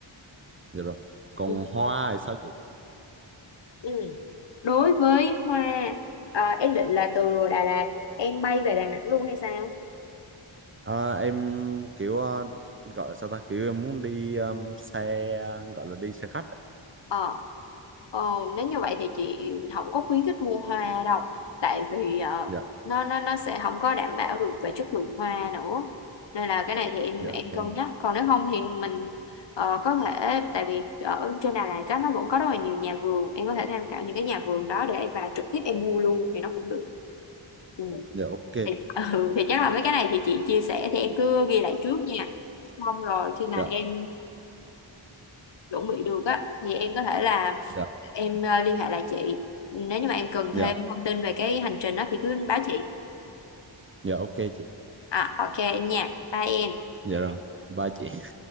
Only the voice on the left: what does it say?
ừ.
Ừ. đối với hoa à, em định là từ Đà Lạt em bay về Đà Nẵng luôn hay sao
Ờ, ờ, nếu như vậy thì chị không có khuyến khích mua hoa đâu tại vì ờ,
nó nó nó sẽ không có đảm bảo được về chất lượng hoa nữa nên là cái này thì em
em cân
nhắc còn nếu không thì mình ờ, có thể tại vì ở trên Đà Lạt á, nó vẫn có rất là nhiều nhà vườn em có thể tham khảo những cái nhà vườn đó để và trực tiếp em mua luôn thì nó cũng được ừ.
Thì, <laughs> ừ, thì chắc là mấy cái này thì chị chia sẻ thì em cứ ghi lại trước nha xong rồi khi mà
em chuẩn bị được á thì em có thể là
em ờ, liên hệ lại chị nếu như mà em cần
thêm thông tin về cái hành trình đó thì cứ báo chị
à ok em nha bye em